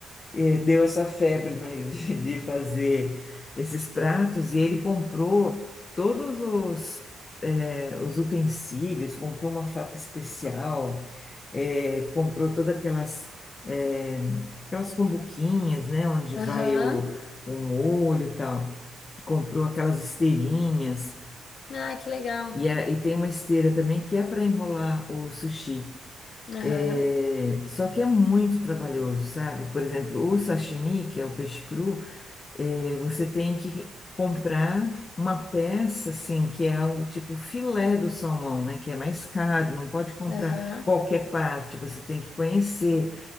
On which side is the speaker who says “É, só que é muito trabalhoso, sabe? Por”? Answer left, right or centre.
Left